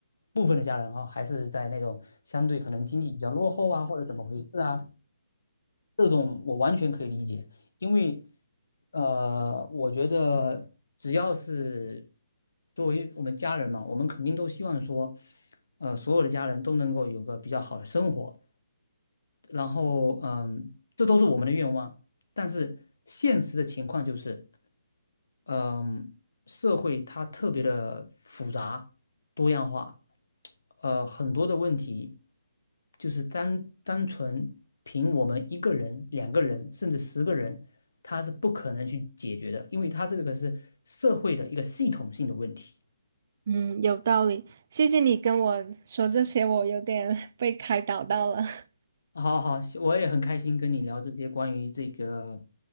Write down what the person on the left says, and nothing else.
部分的家人哈，还是在那种相对可能经济比较落后啊，或者怎么回事啊，这种我完全可以理解，因为呃，我觉得只要是作为我们家人嘛，我们肯定都希望说，呃，所有的家人都能够有个比较好的生活。然后嗯，这都是我们的愿望，但是现实的情况就是，嗯，社会它特别的复杂、多样化，呃，很多的问题就是单单纯凭我们一个人、两个人，甚至十个人，他是不可能去解决的，因为他这个是社会的一个系统性的问题。
好好，我也很开心跟你聊这些关于这个，